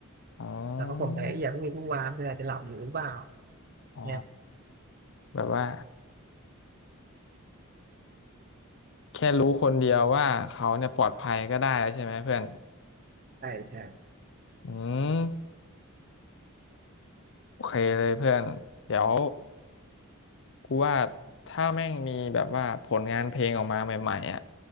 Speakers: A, on the left; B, on the right.
A: อ๋อ
B: แต่ก็ข่มใจเอ้ยอย่าเพิ่งมีผู้วามเธออาจจะหลับอยู่หรือเปล่า
A: อ๋อ
B: เนี่ย
A: แบบว่าแค่รู้คนเดียวว่าเขาเนี่ยปลอดภัยก็ได้แล้วใช่ไหมเพื่อน
B: ใช่ใช่
A: อืมโอเคเลยเพื่อนเดี๋ยวกูว่าถ้าแม่งมีแบบว่าผลงานเพลงออกมาใหม่ๆอ่ะ